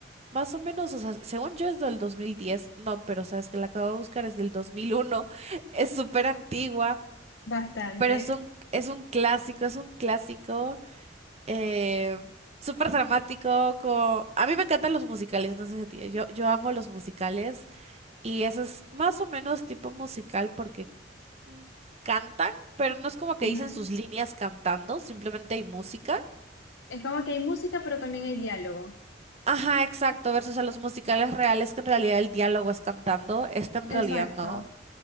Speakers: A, on the right (about 35°); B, on the left (about 80°).
A: Más o menos, o sea, según yo es del 2010. No, pero sabes que la acabo de buscar, es del 2001. <laughs> Es súper antigua,
B: Bastante.
A: pero es un, es un clásico, es un clásico eh, súper dramático. co- A mí me encantan los musicales, no sé si a ti. Yo, yo amo los musicales. Y ese es más o menos tipo musical porque mm, cantan, pero no es como que
B: Ujú.
A: dicen sus líneas cantando, simplemente hay música.
B: Es como que hay música, pero también hay diálogo.
A: Ajá, exacto, versus a los musicales reales que en realidad el diálogo es cantando, este en
B: Exacto.
A: realidad no,